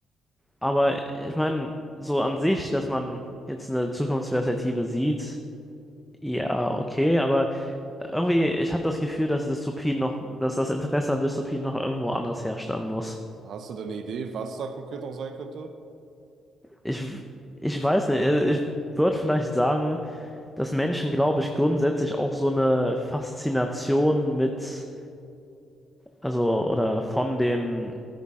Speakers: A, in the centre; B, on the right.
A: Aber ich meine, so an sich, dass man jetzt eine Zukunftsperspektive sieht, ja, okay, aber irgendwie, ich habe das Gefühl, dass Dystopien noch, dass das Interesse an Dystopien noch irgendwo anders herstammen muss.
B: Hast du denn eine Idee, was da konkret noch sein könnte?
A: Ich, ich weiß nicht, ich würde vielleicht sagen, dass Menschen, glaube ich, grundsätzlich auch so eine Faszination mit, also, oder von dem